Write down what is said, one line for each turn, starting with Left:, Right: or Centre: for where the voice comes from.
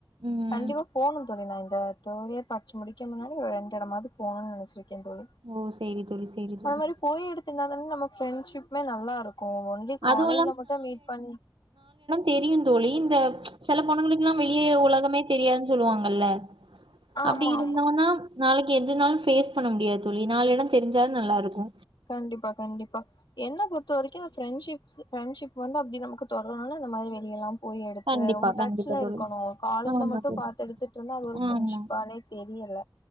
Right: ம்
Left: கண்டிப்பா போணு தோழி நா இந்த தோழியற்பட் ச்சு முடிக்கணுனால் ரெண்டு எடமாவது போணுன் நெனச்சிருக்கே தோழி
Right: ஓ சேரி தோழி சேரி தோழி
Left: அந்த மாரி போய் எடுத் துர்தான நம்ம ஃப்ரெண்ட்ஷிப்மே நல்லா இருக்கு ஒன்லி காலேஜ்ல
Right: அதுவு
Left: மட்டு மீட் பண்ணி
Right: தெரியுந் தோழி இந்த செல பொண்ணுங்களுக்குலா வெளியே உலகமே தெரியாதுன் சொல்லுவாங்கல்ல
Left: ஆமா
Right: அப்டி இருந்தோன்னா
Left: ஆமா
Right: நாளைக்கு எதுனாலு பேஃஸ் பண்ண முடியாது தோழி நாலு எடோ தெரிஞ்சா நல்லா இருக்கு
Left: கண்டிப்பா கண்டிப்பா என்ன பொறுத்த வரைக்கு நா ஃப்ரண்ஷிப்ஸ் ஃப்ரண்ஷிப் வந்து அப்டி நமக்கு தொடரணுனால அந்த மாரி வெளியலாம் போய் எடுத்து
Right: கண்டிப்பா
Left: ரொம்ப டச்ல
Right: கண்டிப்பா தோழி
Left: இருக்கணு காலேஜ்ல
Right: ஆமா
Left: மட்டு
Right: தோழி
Left: பாத் எடுத்துட்ருந்தா அது ஒரு ஃப்ரெண்ட்ஷிப்பானே
Right: ஆமா
Left: தெரியல